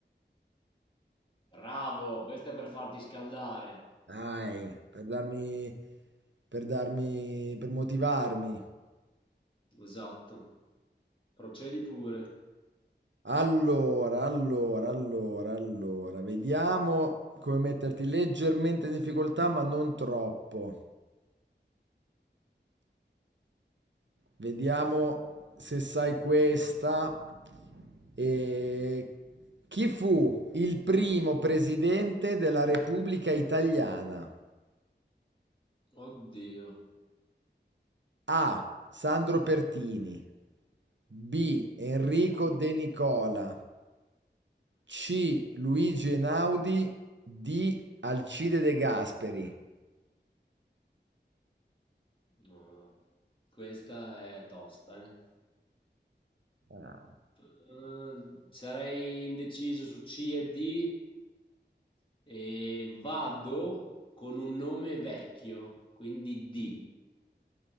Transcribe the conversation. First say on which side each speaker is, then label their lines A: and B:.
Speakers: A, on the left; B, on the right.
A: Bravo, questa è per farti scaldare.
B: Dai, per darmi, per darmi, per motivarmi.
A: Esatto. Procedi pure.
B: Allora, allora, allora, allora, vediamo come metterti leggermente in difficoltà, ma non troppo. Vediamo se sai questa. E Chi fu il primo presidente della Repubblica Italiana?
A: Oddio.
B: A. Sandro Pertini. B. Enrico
A: No.
B: De Nicola. C. Luigi Einaudi. D. Alcide De Gasperi.
A: No, questa è tosta, eh.
B: Ah,
A: Eh, sarei indeciso su C e D e vado con un nome vecchio, quindi D. <laughs>